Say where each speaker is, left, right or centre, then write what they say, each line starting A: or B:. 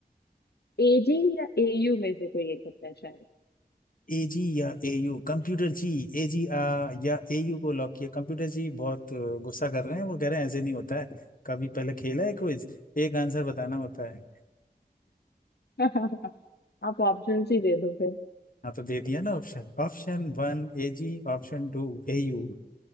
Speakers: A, on the left (about 80°); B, on the left (about 55°).
A: एजी या एयू में से कोई एक होता है शायद
B: एजी या एयू कंप्यूटर जी एजी आ या एयू को लॉक किया कंप्यूटर जी बहुत अ, गुस्सा कर रहे हैं वो कह रहे हैं ऐसे नहीं होता है कभी पहले खेला है क्विज एक आंसर बताना होता है
A: <laughs> आप ऑप्शन ही दे दो फिर
B: हाँ तो दे दिया ना option Option one AG option two AU